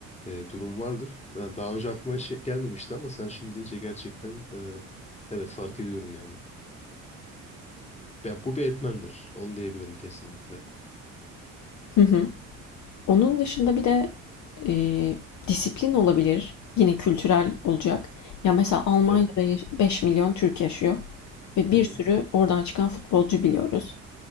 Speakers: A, on the left (about 20°); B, on the left (about 50°).
A: e, durum vardır. Yani daha önce aklıma şey gelmemişti ama sen şimdi deyince gerçekten e, evet fark ediyorum yani. Ya bu bir etmendir. Onu diyebilirim kesinlikle.
B: <laughs> Onun dışında bir de e, disiplin olabilir. Yine kültürel olacak. Ya mesela Almanya'da
A: Evet.
B: yaş- 5 milyon Türk yaşıyor ve
A: Hı
B: bir
A: hı.
B: sürü oradan çıkan futbolcu biliyoruz.